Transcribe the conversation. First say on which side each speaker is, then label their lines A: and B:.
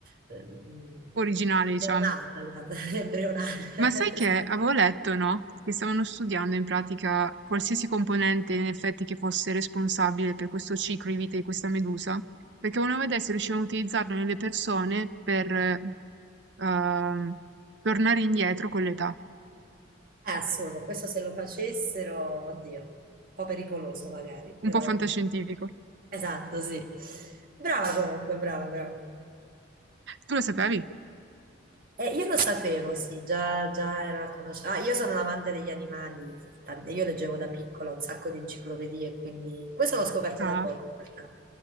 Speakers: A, on the right; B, on the right.
A: ehm,
B: originale, diciamo.
A: neonata, <laughs> embrionale.
B: Ma sai che
A: <laughs> Esatto.
B: avevo letto, no? Che stavano studiando in pratica qualsiasi componente in effetti che fosse responsabile per questo ciclo di vita di questa medusa, perché volevano vedere se riuscivano a utilizzarlo nelle persone per eh, ehm, tornare indietro con l'età.
A: È assurdo, questo se lo facessero, oddio, un po' pericoloso magari, però...
B: Un po' fantascientifico.
A: Esatto, sì. Brava comunque, brava, brava.
B: Tu lo sapevi?
A: Eh, io lo sapevo, sì, già, già era conosciuto. Ah, io sono un amante degli animali, tante- io leggevo da piccola un sacco di enciclopedie, quindi questo l'ho scoperto
B: Ah.
A: da poco in realtà.